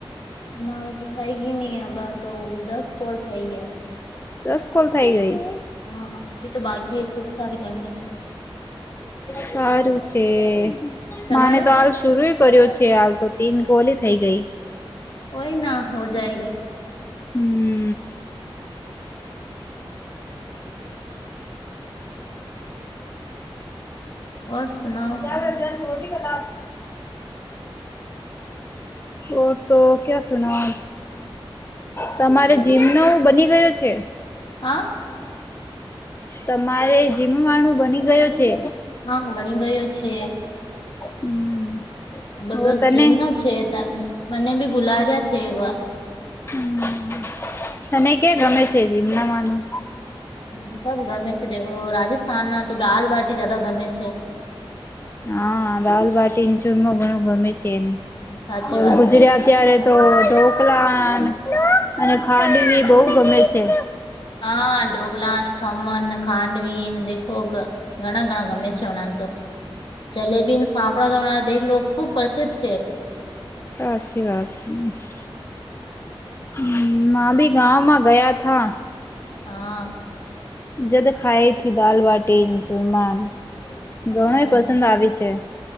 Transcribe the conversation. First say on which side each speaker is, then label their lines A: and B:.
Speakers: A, on the left; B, on the left.
A: મારે તો થઈ ગઈ નહી આબર તો દસ કોલ થઈ ગયા
B: બસ કોલ થઇ ગઈશ
A: હા અબી તો બાકી એ ખુબ સારી કરની છે.
B: સારું છે.
A: તમારે
B: મને તો હાલ શરૂ કર્યો છે હાલ તો તીન ગોલી થઈ ગઈ
A: હોય ના હો જાયગી
B: હમ્મ.
A: ઓર સુનાઓ
B: <unintelligible> ઓર તો, ક્યા સુના? તમારે જીમ તો બની ગયો છે?
A: હા.
B: તમારે જીમવાનું બની ગયો છે?
A: હા, ભણી ગયો છે.
B: હમ.
A: બ
B: હો
A: બસ
B: તને
A: જીવનો છે, તેમ મને બી બુલાવ્યા છે એક વાર.
B: હમ, તમે કેયા ગમે છે? જીમનામાંનું.
A: હ સબ ગમે છે, દખો રાજસ્થાનના તો દાલબાટી જદા ગમે છે.
B: હા, દાળ-બાટી, ચૂરમો ઘણું ગમે છે, એમ
A: સાચી વાત
B: ગુજરિયા
A: છે
B: ત્યારે. તો ઢોકળા ને, ખાંડવી બહુ ગમે છે.
A: હા, ઢોકળા, ખમણ, ખાંડવી ઘણું બધું ગમે છે. તો જલેબીને, ફાફડા તોના દેખલો ખુબ પ્રસિદ્ધ છે.
B: સાચી વાત કીધી છે. હ, માભી ગામાં ગયા થા.
A: હા.
B: જે તે ખાયથી દાલવાટી, ચુરમાન
A: હા
B: ઘણો પસંદ આવે છે.